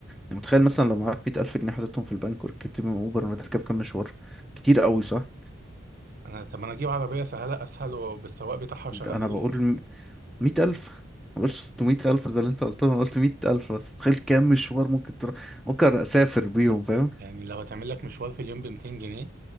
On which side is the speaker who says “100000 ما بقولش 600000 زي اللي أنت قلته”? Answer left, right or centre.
Centre